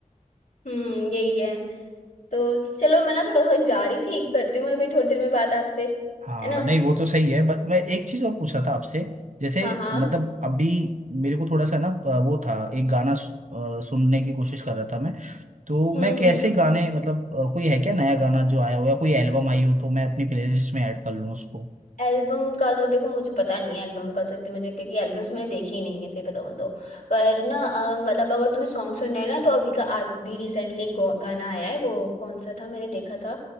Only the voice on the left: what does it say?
हम्म यही है तो चलो मैं ना थोड़ा सा जा रही थी करती हूँ मैं अभी थोड़ी देर में बात आपसे
है ना
हाँ हाँ
हम्म
हम्म
एल्बम का तो देखो मुझे पता नहीं है एल्बम का तो कि मुझे क्योंकि एल्बम्स मैंने देखी ही नहीं है सही बताऊं तो पर ना अ, मतलब अगर तुम्हें सॉन्ग सुनना है ना तो अभी का आज भी रिसेंटली एक गौ- गाना आया है वो कौन सा था मैंने देखा था